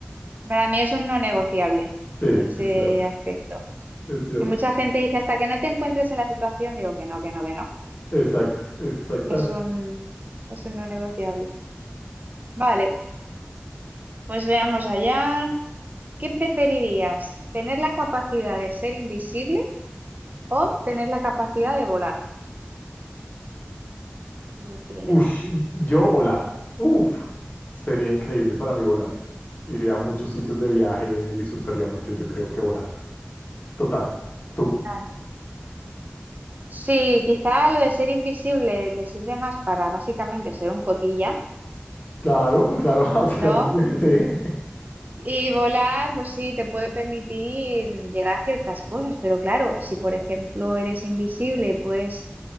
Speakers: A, on the right; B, on the left.
A: para mí es un no negociable
B: Sí,
A: ese
B: es cierto,
A: aspecto.
B: es cierto.
A: Que mucha gente dice, hasta que no te encuentres en la situación, digo que no, que no, que no.
B: Exacto, exactamente.
A: Es un, es un no negociable. Vale, pues veamos allá. ¿Qué preferirías? ¿Tener la capacidad de ser invisible o tener la capacidad de volar? ¿Qué prefieres?
B: Ush, yo volar. Uf, sería increíble para mí volar. Iría a muchos sitios de viaje, disfrutaría mucho, yo creo que volando. Total, tú.
A: Claro. Sí, quizá lo de ser invisible te sirve más para básicamente ser un cotilla,
B: Claro, claro, <laughs> básicamente,
A: ¿no?
B: sí.
A: Y volar, pues sí, te puede permitir llegar a ciertas cosas, pero claro, si por ejemplo eres invisible, pues...